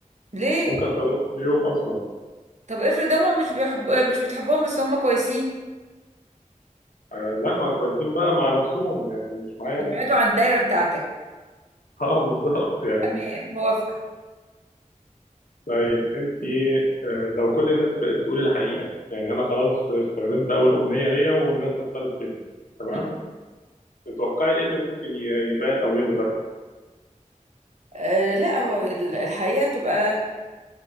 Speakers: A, on the right; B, on the left.
A: ليه
B: ممكن استخدمه كل يوم اصلا
A: طب افرض هم مش بيحبوا مش بتحبهم بس هم كويسين
B: آه لا ما كويسين بقى مع نفسهم يعني مش معايا
A: يبعدوا
B: انا
A: عن الدايرة بتاعتك
B: <laughs> اه بالظبط يعني
A: تمام موافقة
B: طيب انت لو كل الناس بقت تقول الحقيقه يعني انا خلاص استخدمت اول امنيه ليا والناس بطلت كده تمام
A: مم.
B: تتوقعي ايه اللي ممكن ي- يبان او يظهر
A: آه لا هو ال- الحقيقة تبقى